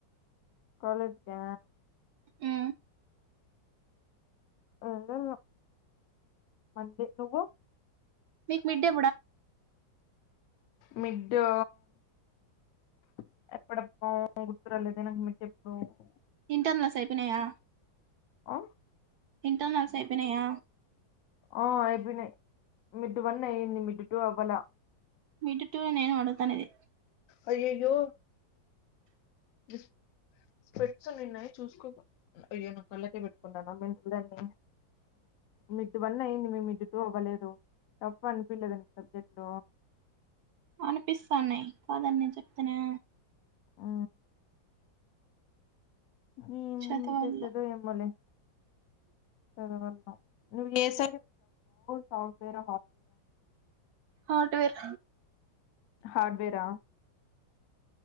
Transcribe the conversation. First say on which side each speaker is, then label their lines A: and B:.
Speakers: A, on the left; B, on the right.
A: కాలేజ్కి
B: ఉ
A: ఎంట మల్లి నువ్వు
B: మీకు మిడ్ డే
A: మిడ్డు <unintelligible>
B: ఇంటర్న్ల సైపినయా
A: ఆ
B: ఇంటర్నల్స్ప్పినయా
A: ఉ అయిపోయినాయి మిడ్డు వన్ అయ్యింది మిడ్డు టూ అవ్వల
B: మిడ్డు టూ నేను అడుతాన అదది
A: అయ్యయ్యో ఇ స్పెట్స్ ఉన్నిన్నాయి చూసుకోక అయ్యేనాకళ్ళకే పెట్టుకున్నాన మెంటాల్డన్ని మిడ్డు వన్ అయ్యంది మే మిడ్డు టూ అవ్వలేదు టఫ్ అ అనిపిలేదా నీకు సబ్జెక్ట్
B: అనిపిస్తాన్నాయి కాదని నేను చెప్తేనే
A: ఆ నం
B: చదవాల
A: చేతుదు ఏ మోలే చదవల నువ్వు ఏస సాఫ్ట్వేర్
B: హార్డ్వేర్
A: హార్డ్వేర్